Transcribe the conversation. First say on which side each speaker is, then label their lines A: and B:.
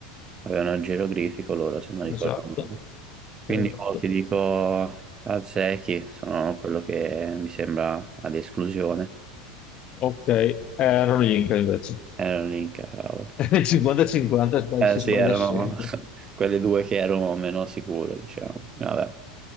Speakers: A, on the right (about 30°); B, on the left (about 40°).
A: avevano il geroglifico loro, se non ricordo
B: esatto,
A: Quindi
B: esatto.
A: oh, ti dico Zeki, sono quello che mi sembra ad esclusione.
B: Ok, eh, erano gli Inca invece.
A: Erano l'Inca, cavolo.
B: <laughs> 50-50 sbagli-
A: Eh
B: si
A: sì,
B: sbaglia
A: erano
B: sempre.
A: <laughs> quelle due che ero meno sicuro, diciamo. Vabbè.